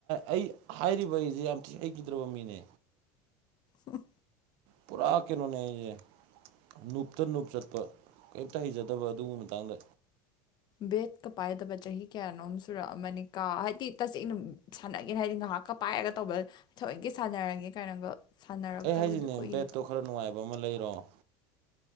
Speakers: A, on the right; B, on the left.
A: ꯑꯩ ꯍꯥꯏꯔꯤꯕ ꯑꯩꯖꯦ ꯌꯥꯝꯊꯤ ꯍꯩꯒꯤꯗ꯭ꯔꯕ ꯃꯤꯅꯦ
B: ꯎꯝ
A: ꯄꯨꯔꯥ ꯀꯩꯅꯣꯅꯦ ꯑꯩꯖꯦ ꯅꯨꯨꯞꯇ ꯅꯨꯞ ꯆꯠꯄ ꯀꯩꯝꯇ ꯍꯩꯖꯗꯕ ꯑꯗꯨ ꯃꯇꯥꯡꯗ
B: ꯕꯦꯠꯀ ꯄꯥꯏꯗꯕ ꯆꯍꯤ ꯀꯌꯥꯅꯣꯝ ꯁꯨꯔꯛꯑꯃꯅꯤꯀꯥ ꯍꯥꯏꯗꯤ ꯇꯁꯦꯡꯅ ꯁꯥꯟꯅꯒꯦꯅ ꯍꯥꯏꯗꯤ ꯉꯍꯥꯛ ꯄꯛꯀ ꯄꯥꯏꯔꯒ ꯇꯧꯕ ꯊꯋꯣꯏꯡꯀꯤ ꯁꯥꯟꯅꯔꯒꯦ ꯀꯥꯏꯅꯒ ꯁꯥꯟꯅꯔꯛꯇꯕꯗꯨ
A: ꯑꯩ ꯍꯥꯏꯁꯤꯅꯦ
B: ꯀꯨꯏꯔꯦ
A: ꯕꯦꯠꯇꯣ ꯈꯔ ꯅꯨꯡꯉꯥꯏꯕ ꯑꯃ ꯂꯩꯔꯣ